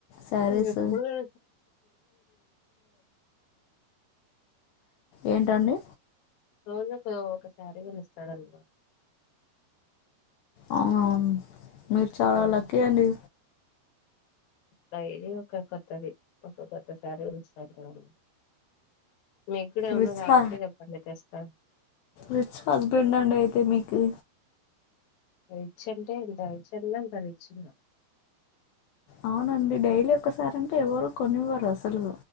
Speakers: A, on the left (about 80°); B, on the left (about 60°).
A: శారీస్
B: ఎప్పుడు ర
A: ఏంటండి
B: రోజుకు ఒక సారి కోనిఇస్తాడున్నమాట
A: అవునా మీరు చాలా
B: ఉమ్
A: లక్కీ అండి
B: డైలీ ఒక కొత్తది ఒక కొత్తసారి కోనిస్తారు మీకు కూడా ఏమన్నా
A: రిచ్
B: కావలంటే
A: హా
B: చెప్పండి తెస్తా
A: రిచ్ హస్బెండ్ అండి అయితే మీకు
B: రిచ్ అంటే ఎంత రిచ్ అన్న అంత రిచ్ అన్న
A: అవునండి డైలీ ఒక సారి అంటే ఎవ్వరు కొనివ్వరు అసలు